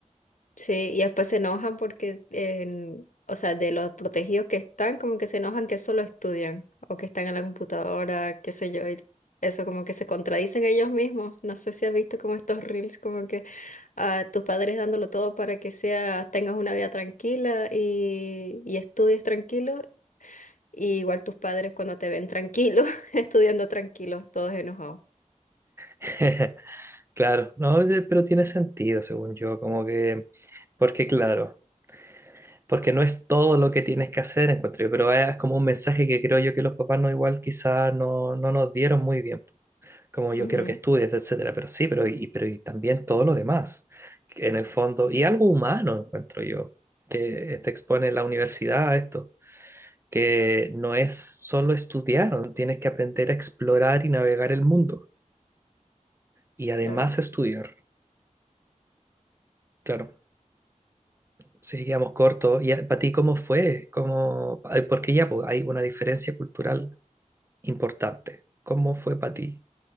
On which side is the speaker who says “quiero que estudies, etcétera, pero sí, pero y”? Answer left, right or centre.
Right